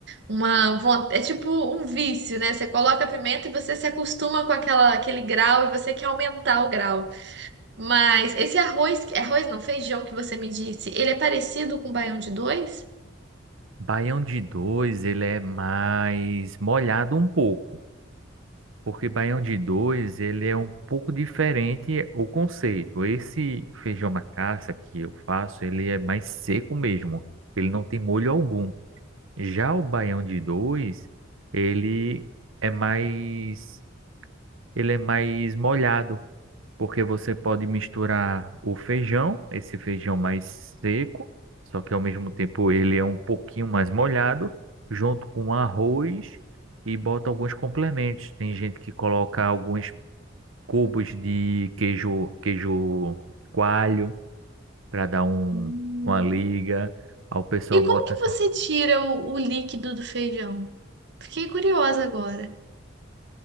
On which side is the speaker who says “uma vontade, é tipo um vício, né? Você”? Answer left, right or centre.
Right